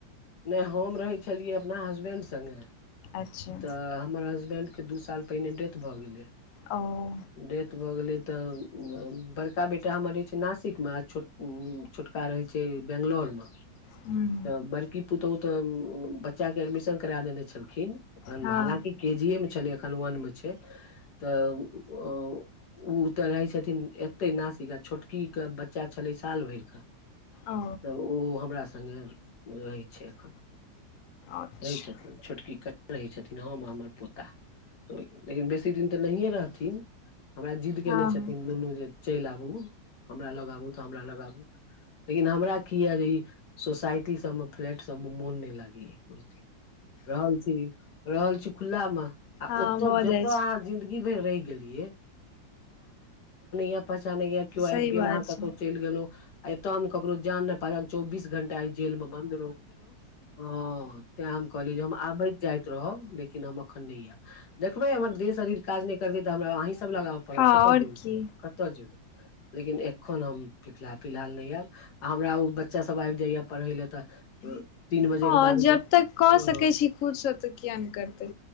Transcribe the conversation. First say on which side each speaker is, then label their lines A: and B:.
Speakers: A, on the left; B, on the left.
A: नहि हम रहै छलियै अपना हसबैंड संगे
B: अच्छा
A: तऽ हमर हसबैंडके दू साल पहिने डेथ भऽ गेलै।
B: ओओ
A: डेथ भऽ गेलै तऽ बड़का बेटा हमर जे छै नासिकमे छोटका रहै छै बेैंगलौरमे '
B: हूँ
A: त बड़की पुतहु त बच्चा के एडमिशन करा देने छलखिन।
B: हँ
A: हालकि केजीए मे छलै एखन वन मे छै तऽ ओ त रहै छथिन एत्ते नासिक आ छोटकी के बच्चा छलै साल भैर के
B: ओ
A: तऽ ओ हमरा सगे रहै छै एखन
B: अच्छा
A: रहै छथिन छोटकी कनिया रहै छथिन ह हमर पोता लेकिन बेसी दिन तऽ नहिए रहथिन हमरा जिद्द केने
B: हँ हँ
A: छथिन दुनू जे चेल आबु हमरा लगाबू तऽ हमरा लगाबू लेकिन हमरा की य ई सोसाायटी सब मे फ्लैट सब मे मोन न लागे या रहल छी रहल छी खुला मे आ
B: हँ
A: ओतऽ
B: भऽ
A: जतैऽ
B: जाइ
A: अहाँ
B: छै
A: ी ओ <inaudible> पहचान या केओ
B: सही
A: आबि गेल
B: बात
A: अह
B: छै
A: कतौ चलि गेलो एतो हम ककरो जान ने पहिचान चौबीस घंटा <unintelligible> तै जेल मे बन्द रहू हाँ तैं हम कहले हम आबे रहब लेकिन हम अखन नहि आयब देखबै हमर देह शरीर काज नहि करते तऽ हमरा अ सब ल पड़त
B: आओर
A: कते जेबै
B: की
A: कते जेबै लेकिन एखन हम फिलहाल नहि आयब हमरा ओ बच्चा सभ आबि जाइए पढ़य लए तऽ तीन बजे
B: हँ
A: के बादमे
B: जब तक क
A: हँ
B: सकैत छी खुदसँ त किया ने करतै